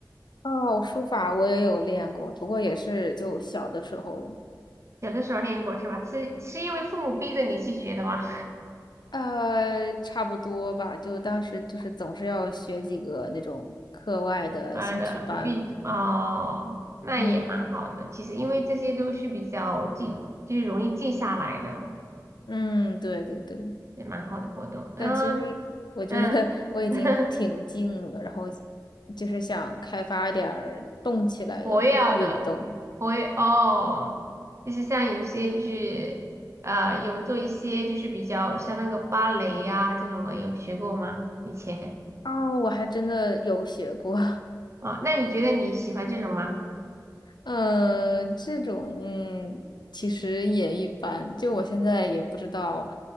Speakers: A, on the left (about 85°); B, on the right (about 40°).
A: 哦，书法我也有练过，不过也是就小的时候，
B: 小的时候练过是吧？是是因为父母逼着你去学的吗？
A: 呃，差不多吧。就当时就是总是要学几个那种课外的兴趣班嘛。
B: 妈的，运动哦，那也蛮好的。
A: 嗯
B: 其实因为这些都是比较静，就是容易静下来的。
A: 嗯，对对对。
B: 也蛮好的活动。
A: 但其实我觉得
B: 嗯嗯，
A: <laughs> 我已经挺静了，
B: <laughs>
A: 然后就是想开发点儿动起来的运动。
B: 活跃的，活跃哦，就是像有些就是呃有做一些就是比较像那个芭蕾呀、这种的，有学过吗？以前
A: 哦，我还真的有学过，
B: 啊，那你觉得你喜欢这种吗？
A: <laughs> 呃，这种嗯其实也一般，就我现在也不知道，